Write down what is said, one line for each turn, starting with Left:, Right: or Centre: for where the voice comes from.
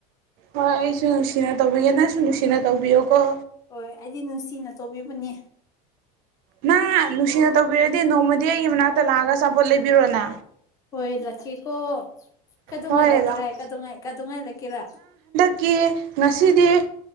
Right: ꯍꯣꯏ ꯑꯩꯁꯨ ꯅꯨꯡꯁꯤꯅ ꯇꯧꯕꯤꯒꯦ ꯅꯪꯁꯨ ꯅꯨꯡꯁꯤꯅ ꯇꯧꯕꯤꯌꯣꯀꯣ
Left: ꯍꯣꯏ ꯑꯩꯗꯤ ꯅꯨꯡꯁꯤꯅ ꯇꯧꯕꯤꯕꯅꯤ
Right: ꯅꯪ ꯅꯨꯡꯁꯤꯅ ꯇꯧꯕꯤꯔꯗꯤ ꯅꯣꯡꯃꯗꯤ ꯑꯩꯒꯤ ꯃꯅꯥꯛꯇ ꯂꯥꯛꯑꯒ ꯑꯆꯥꯄꯣꯠ ꯂꯩꯕꯤꯔꯣꯅ
Left: ꯍꯣꯏ ꯂꯥꯛꯀꯦꯀꯣ ꯀꯩꯗꯧꯉꯧ
Right: ꯍꯣꯏ
Left: ꯂꯥꯛꯀꯦꯔ
Right: ꯂꯥꯛꯑꯣ
Left: ꯀꯩꯗꯧꯉꯥꯏ ꯂꯥꯛꯀꯦꯔꯥ
Right: ꯀꯦ ꯉꯁꯤꯗꯤ